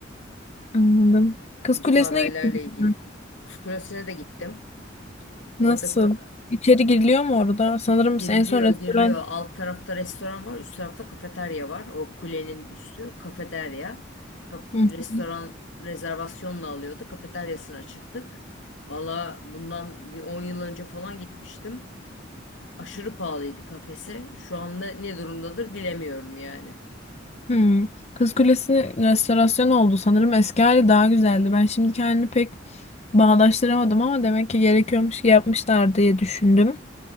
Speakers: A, on the left; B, on the left.
A: anladım. Kız
B: bu
A: Kulesi'ne
B: saraylarla
A: gittim.
B: ilgili.
A: ben.
B: Kuşkulesi'ne de gittim. Orada
A: Nasıl?
B: ka-
A: İçeri giriliyor mu orada? Sanırım
B: giriliyor
A: en son restoran...
B: giriliyor alt tarafta restoran var üst tarafta kafeterya var. O kulenin üstü kafeterya. Kaf-
A: Hı hı.
B: restoran rezervasyonla alıyordu kafeteryasına çıktık. Valla bundan bir 10 yıl önce falan gitmiştim. Aşırı pahalıydı kafesi. Şu anda ne durumdadır bilemiyorum yani.
A: Hmm. Kız Kulesi'nin restorasyonu oldu. Sanırım eski hali daha güzeldi. Ben şimdi kendimi pek bağdaştıramadım ama demek ki gerekiyormuş ki yapmışlar diye düşündüm.